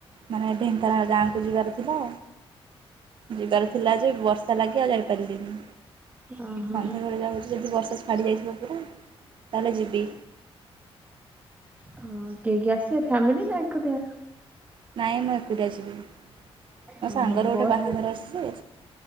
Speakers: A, on the right (about 55°); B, on the right (about 15°).
A: ମାନେ ଢେଙ୍କାନାଳ ଗାଁକୁ ଯିବାର ଥିଲା। ଯିବାର ଥିଲା ଯେ ବର୍ଷା ଲାଗି ଆଉ ଯାଇପାରିଲିନି।
B: ଓହୋ
A: ସନ୍ଧ୍ୟାବେେଳେ ଯାଉଛି ଯଦି ବର୍ଷା ଛାଡି ଯାଇଥିବ ପୁରା ତାହେଲେ ଯିବି।
B: ହଁ କିଏ କିଏ ଆସିବ ଫ୍ୟାମିଲି ନା ଏକୁଟିଆ।
A: ନାହିଁ ମୁଁ ଏକୁଟିଆ ଯିବି। ମୋ
B: ଓହୋ
A: ସାଙ୍ଗର ଗୋଟେ
B: ବସରେ
A: ବାହାଘର ଅଛି ଯେ